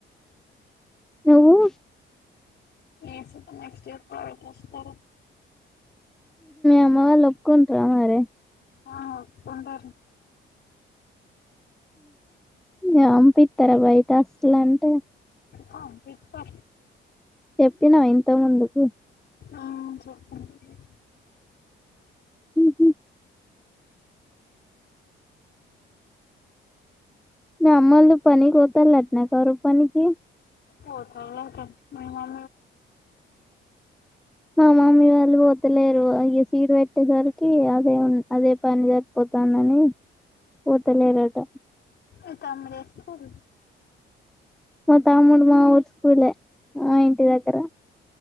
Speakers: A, in the centre; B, on the left (about 60°).
A: నువ్వు
B: ఏ స నెక్స్ట్ ఇయర్ ప్రసారు
A: అమా వా లోకు త అరి
B: ఆ ఒప్పుంటారు
A: పంపిస్తారా బయట అసలు అంటే
B: కంప్లీట్ ప
A: చెప్పినావు ఇంత ముందుకు
B: అవు చెప్పండి
A: హ అమ్మలు పని కోత ట్నా కారు పనికి
B: పోతలాత మమ
A: మా మమీ వాళ్ళు పోతలేరు అయ సీడ్ పెట్టేసరికి అదే అదే పని సరిపోతానని పోతలేరుట
B: అతే అంలే స్కల్
A: మా తాముడు మా ఊర్ స్కూల్ మా ఇంటి దగగర